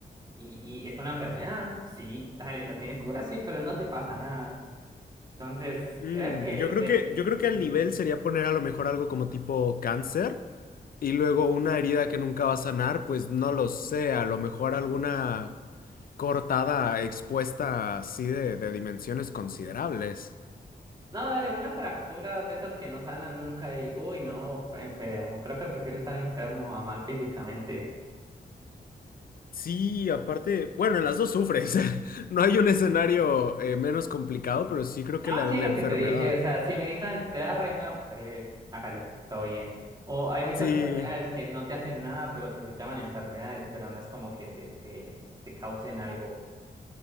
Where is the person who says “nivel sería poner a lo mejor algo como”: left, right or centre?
Left